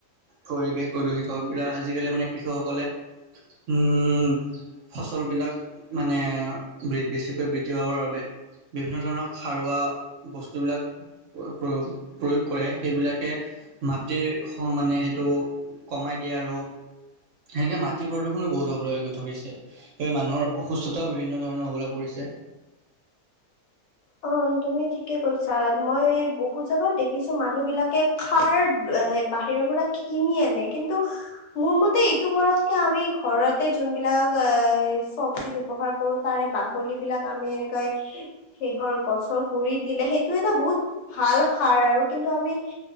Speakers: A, on the right; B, on the left.
A: পৰিৱেশ প্ৰদূষিত বিলা, আজিকালি মানে কৃষকসকলে উম ফচল বিলাক মানে বে বেছি <unintelligible> বৃদ্ধি পাবৰ বাবে। বিভিন্ন ধৰণৰ সাৰুৱা বস্তুবিলাক প্ৰ-প্ৰয়োগ-প্ৰয়োগ কৰে, সেইবিলাকে মাটিৰ স-মানে হেইটো কমাই দিয়ে আৰু, এনেকে মাটি প্ৰদূ্ষণো বহুত হ'বলৈ ধৰিছে, সেয়ে মানুহৰ অসুস্থতাও বিভিন্ন ধৰণৰ হ'বলৈ পৰিছে।
B: অ', তুমি ঠিকে কৈছা, মই বহুত জাগাত দেখিছো মানুহবিলাকে খাৰ এ বাহিৰৰ পৰা কিনি আনে, কিন্তু মোৰ মতে এইটো কৰাতকে আমি ঘৰতে যোনবিলাক এ চব্জী ব্যৱহাৰ কৰো তাৰে বাকলিবিলাক আমি এনেকৈ সেহৰ গছৰ গুৰি দিলে সেইটো এটা বহুত ভাল সাৰ আৰু, কিন্তু আমি